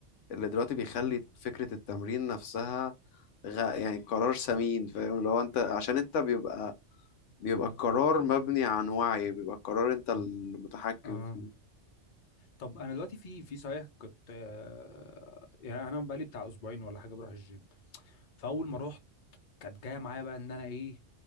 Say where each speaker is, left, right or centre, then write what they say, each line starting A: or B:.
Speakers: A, on the left (about 80°); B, on the left (about 45°).
A: اللي دلوقتي بيخلي فكرة التمرين نفسها غ... يعني قرار سمين فاهم اللي هو انت عشان انت بيبقى بيبقى القرار مبني عن وعي بيبقى القرار انت المتحكم
B: اه
A: فيه
B: طب انا دلوقتي في في صحيح كنت آه، يعني انا بقالي بتاع اسبوعين ولا حاجه بروح الجيم فاول ما رحت كانت جايه معايا بقى ان انا ايه